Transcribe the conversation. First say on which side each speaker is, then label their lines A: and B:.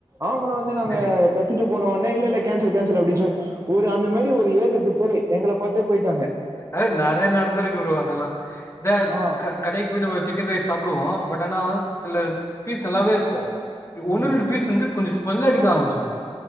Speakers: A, on the right; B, on the left.
A: அவுங்கள வந்து நாங்க
B: சரி
A: கத்திட்டு போன ஒன்னே இல்ல இல்ல கேன்சல் கேன்சல் அப்டின் சொலி ஒரு அந்த மாரி ஒரு ஏழெட்டு பேரு எங்கள பாத்தே போயிட்டாங்க
B: அத நறையா நடந்துருக்கு ப்ரோ அதெல்லா தா
A: ஆ
B: க கடைக் போய் நம்ம சிக்கன் ரைஸ் சாப்டுவோ பட் ஆனா சில பீஸ் நல்லாவே இருக்கு ஒன்னு
A: ம்
B: ரெண்டு பீஸ் வந்து கொஞ்சோ கொல்ல அடிக்க ஆரம்பிச்சிரு